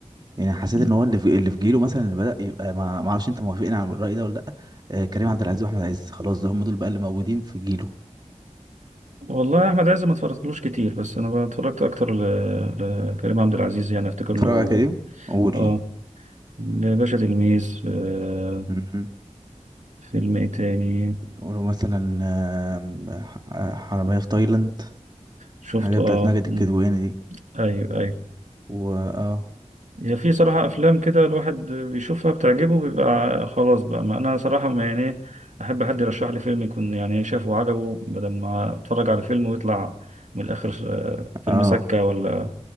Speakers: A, on the right (about 35°); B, on the right (about 80°).
A: يعني حسيت
B: مم.
A: ان هو اللي في اللي في جيله مثلا اللي بدأ يبقى ما ما اعرفش انت موافقين على الرأي ده ولا لا آه، كريم عبد العزيز واحمد عز خلاص ده هم دول بقى اللي موجودين في جيله
B: والله يا احمد عز ما اتفرجتلوش كتير بس انا اتفرجت اكتر ل- لكريم عبد العزيز يعني افتكر له
A: اتفرج على كريم قول
B: اه باشا تلميذ آه
A: مم.
B: فيلم ايه تاني
A: ولو مثلا آم، ح- حرامية في تايلاند
B: شفته
A: حاجة بتاعت
B: اه
A: ماجد
B: مم.
A: الكدواني دي
B: ايوه ايوه
A: و اه
B: هي في صراحة أفلام كده الواحد بيشوفها بتعجبه بيبقى خلاص بقى ما أنا صراحة ما يعني إيه، أحب حد يرشح لي فيلم يكون يعني شافه وعجبه بدل ما أتفرج على فيلم ويطلع من الآخر آه، فيلم
A: اه
B: سكة ولا